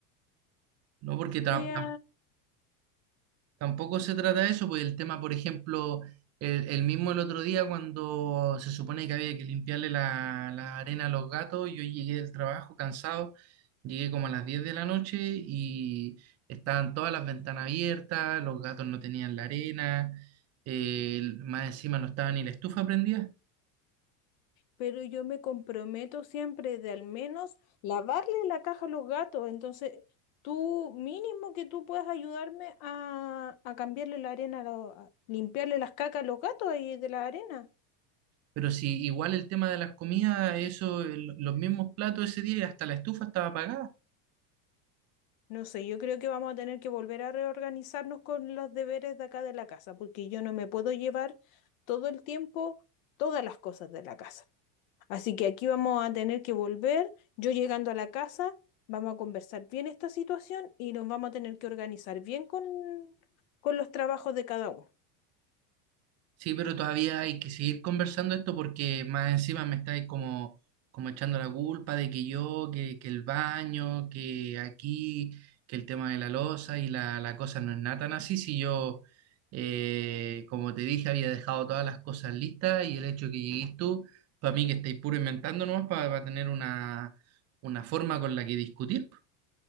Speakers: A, on the right (about 35°); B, on the left (about 65°).
A: No, porque ta-
B: Yo ya,
A: Tampoco se trata de eso, pues el tema, por ejemplo, el, el mismo el otro día cuando se supone que había que limpiarle la, la arena a los gatos, yo llegué del trabajo cansado, llegué como a las 10 de la noche y estaban todas las ventanas abiertas, los gatos no tenían la arena, eh, más encima no estaba ni la estufa prendida,
B: pero yo me comprometo siempre de al menos lavarle la caja a los gatos. Entonces, tú mínimo que tú puedas ayudarme a, a cambiarle la arena, a, lo- a limpiarle las cacas a los gatos ahí de la arena.
A: pero sí, igual el tema de las comidas, eso, el- los mismos platos ese día y hasta la estufa estaba apagada.
B: No sé, yo creo que vamos a tener que volver a reorganizarnos con los deberes de acá de la casa, porque yo no me puedo llevar todo el tiempo todas las cosas de la casa. Así que aquí vamos a tener que volver. Yo llegando a la casa, vamos a conversar bien esta situación y nos vamos a tener que organizar bien con, con los trabajos de cada uno.
A: Sí, pero todavía hay que seguir conversando esto porque más encima me estáis como, como echando la culpa de que yo, que, que el baño, que aquí, que el tema de la loza y la, la cosa no es nada tan así. Si yo, eh, como te dije, había dejado todas las cosas listas y el hecho que llegues tú, para mí que estáis puro inventando nomás para, para tener una, una forma con la que discutir.